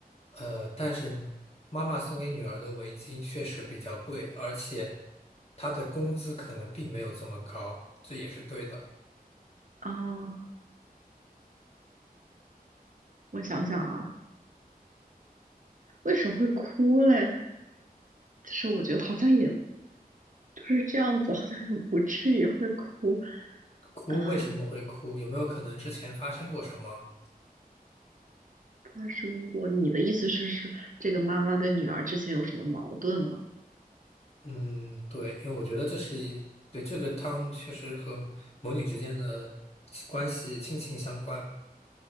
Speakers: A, on the left; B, on the right.
A: 呃，但是妈妈送给女儿的围巾确实比较贵，而且她的工资可能并没有这么高，这也是对的。
B: 啊，我想想啊，为什么会哭嘞？就是我觉得好像也就是这样子，好像也不至于会哭。
A: 哭为什么会哭？
B: 嗯，
A: 有没有可能之前发生过什么？
B: 发生过。你的意思是，是这个妈妈跟女儿之前有什么矛盾吗？
A: 嗯，对，因为我觉得这是一，对，这个汤确实和母女之间的亲关系亲情相关。